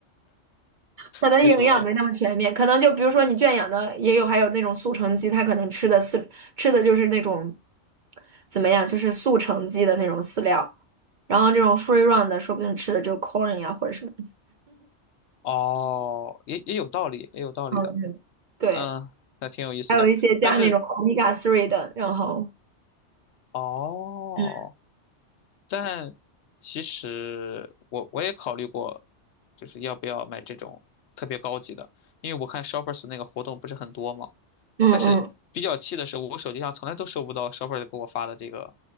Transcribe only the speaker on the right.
可能营养没那么全面，
可能就比如说你圈养的也有，还有那种速成鸡，它可能吃的饲吃的就是那种怎么样，就是速成鸡的那种饲料，然后这种 free run 的，说不定吃的就 corn 呀或者什么，
嗯，嗯对，
还有一些加那种
omega three 的，然后
嗯
嗯嗯，